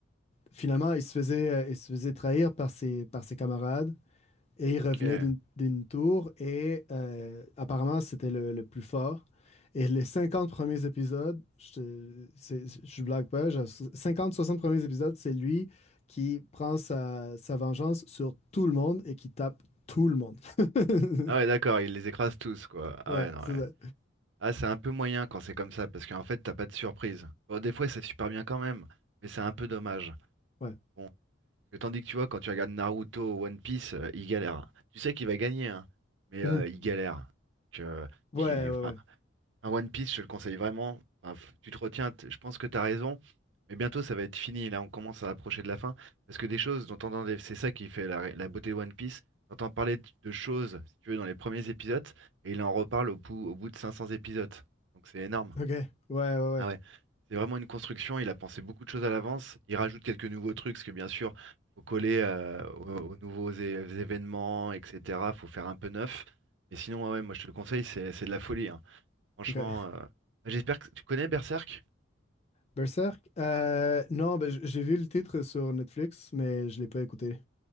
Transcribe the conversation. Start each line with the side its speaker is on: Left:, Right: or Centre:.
Left: finalement, il se faisait, euh, il se faisait trahir par ses, par ses camarades. Et il
Right: ok.
Left: revenait d'une d'une tour et euh, apparemment c'était le, le plus fort. Et les 50 premiers épisodes, je, te- c'est- je blague pas, genre 50-60 premiers épisodes, c'est lui qui prend sa, sa vengeance sur tout le monde et qui tape tout le monde. <laughs>
Right: Ah ouais d'accord, il les écrase tous quoi. Ah
Left: Ouais,
Right: ouais non
Left: c'est
Right: ouais.
Left: ça.
Right: Ah c'est un peu moyen quand c'est comme ça parce qu'en fait t'as pas de surprise. Bon des fois c'est super bien quand même, mais c'est un peu dommage.
Left: Ouais.
Right: Bon, Et tandis que tu vois quand tu regardes Naruto ou One Piece, euh, il galère. Tu sais qu'il va gagner hein, mais
Left: Mhm.
Right: euh, il galère. Donc, euh,
Left: Ouais,
Right: puis
Left: ouais,
Right: enfin
Left: ouais.
Right: Un One Piece, je te le conseille vraiment. Enfin, f- tu te retiens, t- je pense que tu as raison, mais bientôt ça va être fini. Là, on commence à approcher de la fin. Parce que des choses dont on entendait, c'est ça qui fait la, ré- la beauté de One Piece. T'entends parler de de choses, si tu veux, dans les premiers épisodes, et il en reparle au, pou- au bout de 500 épisodes. Donc c'est énorme.
Left: Ok. Ouais, ouais, ouais.
Right: Ah ouais, c'est vraiment une construction. Il a pensé beaucoup de choses à l'avance. Il rajoute quelques nouveaux trucs, parce que bien sûr, faut coller euh, aux, aux nouveaux é- événements, etc. Faut faire un peu neuf. Mais sinon, ouais, ouais, moi je te le conseille, c'est c'est de la folie. hein. Franchement,
Left: Ok.
Right: euh, bah, j'espère que tu connais Berserk.
Left: Berserk? Euh, non, ben, j- j'ai vu le titre sur Netflix, mais je l'ai pas écouté.